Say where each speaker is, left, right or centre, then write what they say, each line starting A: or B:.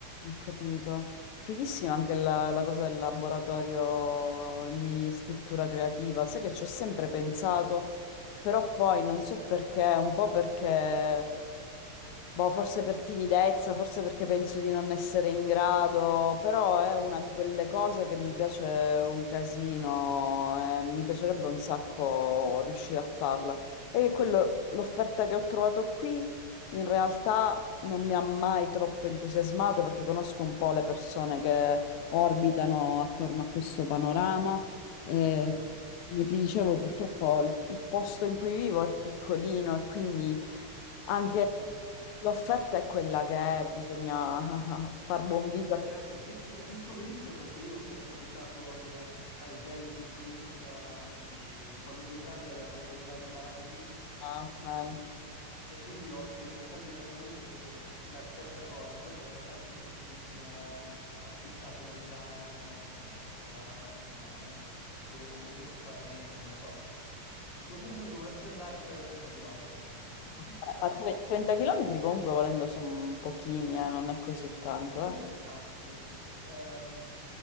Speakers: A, on the left; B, on the left.
A: Ho capito. Fighissima anche la, la cosa del laboratorio di scrittura creativa. Sai che ci ho sempre pensato, però poi non so perché, un po' perché. Boh, forse per timidezza, forse perché penso di non essere in grado, però è una di quelle cose che mi piace un casino, eh, mi piacerebbe un sacco riuscire a farla. E che quello, l'offerta che ho trovato qui in realtà non mi ha mai troppo entusiasmato perché conosco un po' le persone che orbitano attorno a questo panorama e
B: Ah,
A: come ti dicevo, purtroppo il il posto in cui vivo è piccolino e quindi... Anche
B: ah, eh, so.
A: l'offerta è quella che è, bisogna <laughs> far buon viso.
B: Eh
A: a-
B: certo, sì, sì, ti capisco benissimo perché io ho sempre abitato in paeselli di provincia, di... quello più grande aveva 7.000 abitanti
A: Ah,
B: <laughs>
A: ok.
B: e e quindi ho sperimentato esattamente la stessa cosa. Poi non ero neanche vicinissimo a città come Milano, Novara, insomma, dovevo comunque farmi, non so, dovunque che volessi andare c'erano 30 chilometri.
A: Ok.
B: <laughs>
A: A tre- 30 km comunque volendo sono pochini, eh, non è così tanto.
B: Non sono tanti ehm,